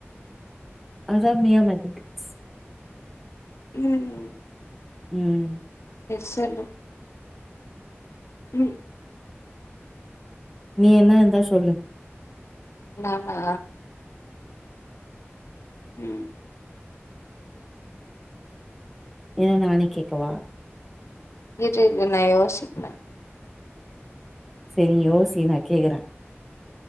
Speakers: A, in the centre; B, on the left.
A: அதுதா மியா மேத்தமடிக்ஸ்
B: ம்
A: ம்
B: செல்லு ம்
A: நீ எதுனா இருந்தா சொல்லு
B: நானா ம்
A: இல்ல நானே கேக்கவா
B: இரு இரு நா யோசிக்றே
A: சரி நீ யோசி நா கேக்கறே